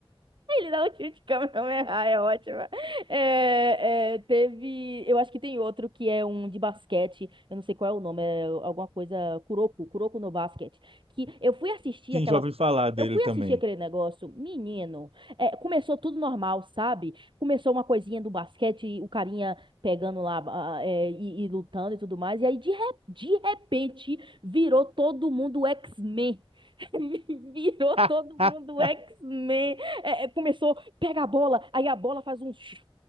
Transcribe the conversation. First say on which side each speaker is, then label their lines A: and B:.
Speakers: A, on the right; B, on the right.
A: Ele dá um tiro de Kamehameha, é ótima. É, é, teve. Eu acho que tem outro que é um de basquete. Eu não sei qual é o nome, é alguma coisa. Kuroko, Kuroko no basquete. Que eu fui assistir
B: Sim,
A: aquela.
B: já ouvi falar dele
A: Eu fui
B: também.
A: assistir aquele negócio, menino. é, começou tudo normal, sabe? Começou uma coisinha do basquete, o carinha pegando lá, ah, é, e, e lutando e tudo mais. E aí, de, re- de repente, virou todo mundo X-Men. <laughs> Virou
B: <laughs>
A: todo mundo X-Men. É, é, começou, pega a bola, aí a bola faz uns,